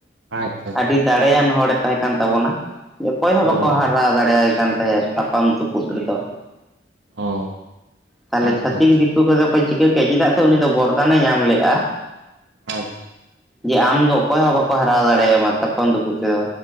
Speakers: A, on the right (about 85°); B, in the centre.
A: ᱟᱪ
B: ᱟᱹᱰᱤ ᱫᱟᱲᱮᱭᱟᱱ ᱦᱚᱲᱮ ᱛᱟᱦᱮᱸ ᱠᱟᱱ ᱛᱟᱵᱚᱱᱟ ᱚᱠᱚᱭ ᱦᱚᱸ
A: ᱦᱳᱭ
B: ᱵᱟᱠᱚ ᱦᱟᱨᱟᱣ ᱫᱟᱲᱮᱭᱟᱭ ᱠᱟᱱ ᱛᱟᱦᱮᱸᱫ ᱛᱟᱯᱟᱢ ᱛᱩᱯᱩᱫ ᱨᱮᱫᱚ
A: ᱚ
B: ᱛᱟᱦᱚᱞᱮ
A: ᱟᱪᱪᱷᱟ
B: ᱪᱷᱟᱹᱛᱤᱠ
A: ᱟᱪᱪᱷᱟ
B: ᱫᱤᱠ ᱠᱩ ᱠᱚᱫᱚ ᱠᱚ ᱪᱤᱠᱟᱹ ᱠᱮᱫ-ᱟ ᱪᱮᱫᱟᱜ ᱥᱮ ᱩᱱᱤ ᱫᱚ ᱵᱚᱨᱫᱟᱱᱮ ᱧᱟᱢ ᱞᱮᱫ-ᱟ᱾
A: ᱟᱪᱷ
B: ᱡᱮ ᱟᱢ ᱫᱚ ᱚᱠᱚᱭ ᱦᱚᱸ ᱵᱟᱠᱚ ᱦᱟᱨᱟᱣ‌ ᱫᱟᱲᱮᱭᱟᱢᱟ ᱛᱟᱯᱚᱢ ᱛᱩᱯᱩᱫᱩ ᱛᱮᱫᱚ᱾